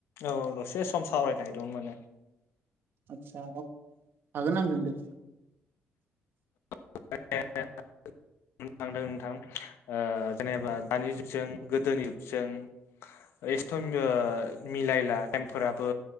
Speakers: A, on the left; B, on the right.
A: औ दसे सम सावरायनो नागिरदोंमोन माने।
B: आदसा औ हागोन आंजों दे।
A: <unintelligible> नुनो नोंथां ओ जेनेबा दानि जुगजों गोदोनि जुगजों एस्थ' ओ मिलायला टाइम फोराबो